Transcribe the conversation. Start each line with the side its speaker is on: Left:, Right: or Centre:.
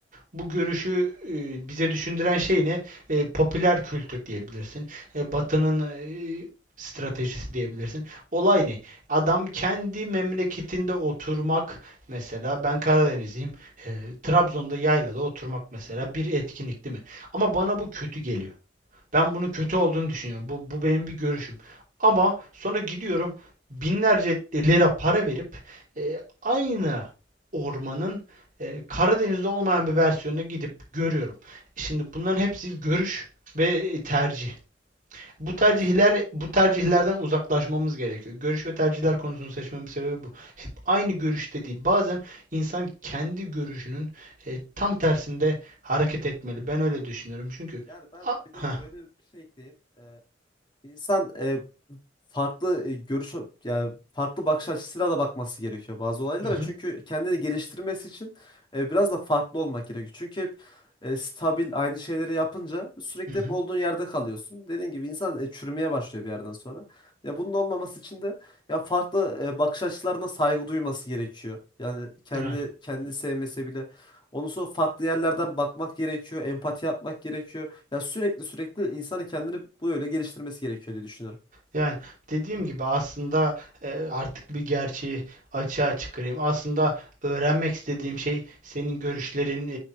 Right: Bu görüşü eee, bize düşündüren şey ne? Eee, popüler kültür diyebilirsin. E, Batı'nın eee, stratejisi diyebilirsin. Olay ne? Adam kendi memleketinde oturmak mesela ben Karadenizliyim. eee, Trabzon'da yaylada oturmak mesela bir etkinlik değil mi? Ama bana bu kötü geliyor. Ben bunun kötü olduğunu düşünüyorum. Bu, bu benim bir görüşüm. Ama sonra gidiyorum binlerce lira para verip e, aynı ormanın e, Karadeniz'de olmayan bir versiyonuna gidip görüyorum. Şimdi bunların hepsi görüş ve tercih. Bu tercihler
Left: Evet.
Right: bu tercihlerden uzaklaşmamız gerekiyor. Görüş ve tercihler konusunu seçmemin sebebi bu. Aynı görüşte değil. Bazen insan kendi görüşünün e, tam tersinde hareket etmeli. Ben öyle düşünüyorum. Çünkü
Left: Yani ben
Right: A-
Left: bir de
Right: Heh,
Left: şöyle bir şey ekleyeyim. Ee, insan e, farklı e, görüş yani farklı bakış açısıyla da bakması gerekiyor bazı olaylara.
Right: hı hı,
Left: Çünkü kendini geliştirmesi için e, biraz da farklı olmak gerekiyor. Çünkü hep e, stabil aynı şeyleri yapınca sürekli
Right: hı hı.
Left: hep olduğun yerde kalıyorsun. Dediğim gibi insan e, çürümeye başlıyor bir yerden sonra. Ya bunun olmaması için de ya farklı e, bakış açılarına saygı duyması gerekiyor. Yani kendi
Right: Yani,
Left: kendini sevmese bile Ondan sonra farklı yerlerden bakmak gerekiyor, empati yapmak gerekiyor. Ya sürekli sürekli insanın kendini böyle geliştirmesi gerekiyor diye düşünüyorum.
Right: yani dediğim gibi aslında e, artık bir gerçeği açığa çıkarayım. Aslında öğrenmek istediğim şey senin görüşlerin, e,